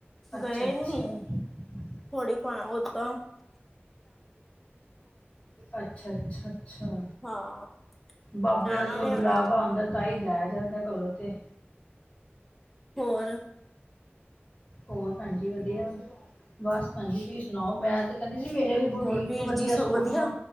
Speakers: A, on the left; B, in the centre.
A: ਅੱਛਾ
B: ਗਏ
A: ਅੱਛਾ
B: ਨੀ।
A: <inaudible>
B: ਥੋੜੀ ਫ ਔਦਾਂ
A: ਅੱਛਾ, ਅੱਛਾ, ਅੱਛਾ।
B: ਹਾਂ
A: ਬਾਬੇ
B: ਫਿਰ ਜਾਣਾ
A: ਦਾ ਜਦੋਂ
B: ਨੀ
A: ਬੁਲਾਵਾ
B: ਹੋਇਆ
A: ਆਂਦਾ ਤਾਂ ਹੀ ਜਾਯਾ ਜਾਂੰਦਾ ਕਰੋ ਤੇ
B: ਤੇਹੋਰ
A: ਹੋਰ, ਭੈਣਜੀ ਵਧੀਆ? ਬਸ ਭੈਣਜੀ ਤੁਹੀ ਸੁਣਾਓ? ਮੈਂ ਤੇ ਕਹਿੰਦੀ ਸੀ ਮੇਰੇ ਵੀ ਬੁਟੀਕ
B: ਹੋਰ ਵੀਰ
A: ਤੋਂ ਵਧੀਆ
B: ਜੀ ਸਭ
A: ਸੂਟ
B: ਵਧੀਆ